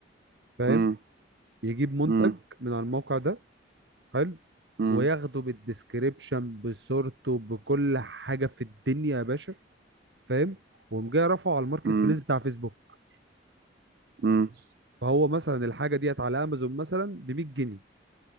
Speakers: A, on the right (about 75°); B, on the right (about 55°).
A: فاهم
B: امم
A: يجيب منتج
B: امم
A: من على الموقع ده حلو
B: امم
A: وياخده بالديسكريبشن بصورته بكل حاجه في الدنيا يا باشا فاهم وقوم جاي رافعه على الماركت
B: امم
A: بليس بتاع فيسبوك
B: امم
A: فهو مثلا الحاجه ديت على امازون مثلا ب 100 جنيه